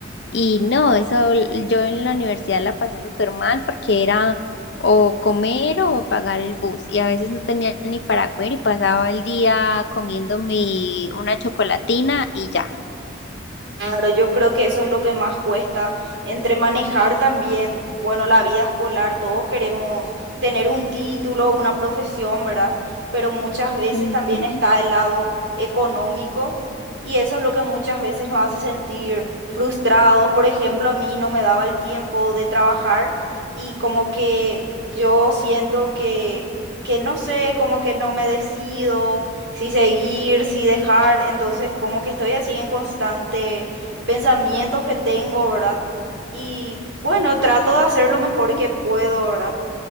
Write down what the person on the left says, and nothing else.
Y no, eso l- yo en la universidad la pasé súper mal porque era o comer o pagar el bus y a veces no tenía ni para comer y pasaba el día comiéndome una chocolatina y ya.
Ujú,